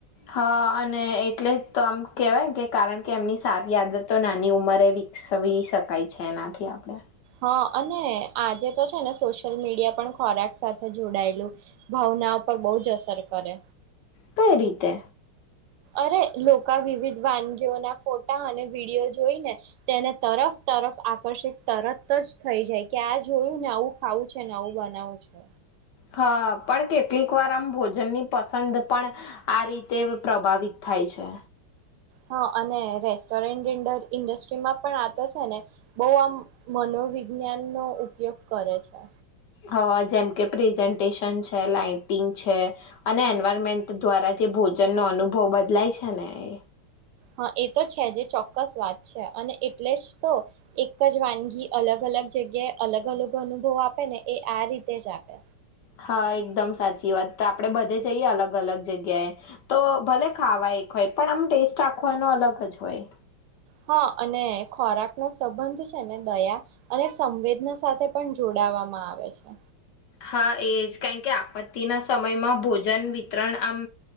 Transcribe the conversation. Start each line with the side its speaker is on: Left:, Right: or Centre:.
Left: હા અને એટલે તો આમ કેહેવાય કે કારણ કે એમની સારી આદત તો નાની ઉંમરે વિકસાવ શકાય છે એનાથી આપણે.
Right: હ અને આજે તો છે ને સોશિયલ મીડિયા પણ ખોરાક સાથે જોડાયેલું ભાવના પર બહુ જ અસર કરે.
Left: કઈ રીતે
Right: અરે લોકો વિવિધ વાનગીઓના ફોટા અને વિડીયો જોઈને તેને તરફ તરફ આકર્ષિત તરત જ થઈ જાય કે આ જોયું ને આવું ખાવું છે ને આવું બનાવું છે.
Left: હા પણ કેટલીક વાર આમ ભોજનની પસંદ પણ આ રીતે પ્રભાવિત થાય છે.
Right: હા અને રેસ્ટોરન્ટન્ડર ઇન્ડસ્ટ્રીમાં પણ આતો છે ને બહ આમ મનોવિજ્ઞાનનો ઉપયોગ કરે છે.
Left: હ જેમ કે પ્રેઝન્ટેશન છે લાાઈટિંગ છે અને એન્વારમેન્ટ દ્વારા જે ભોજનનો અનુભવ બદલાય છે ને એ.
Right: હા એ તો છે જે ચોક્કસ વાત છે અને એટલે જ તો એક જ વાનગી અલગ-અલગ જગ્યાએ અલગ-અલગ અનુભવ આપે ને એ આ રીતે જ આપે.
Left: હા એકદમ સાચી વાત આપડે બધે જઈએ અલગ અલગ જગ્યાએ તો ભલે ખાવા એક હોય પણ આમ ટેસ્ટ આખો એનો અલગ જ હોય.
Right: હા અને ખોરાક નો સંબંધ છે ને દયા અને સંવેદના સાથે પણ જોડાવામાં આવે છે.
Left: હા એ જ કણ કે આપત્તિના સમયમાં ભોજન વિતરણ આમ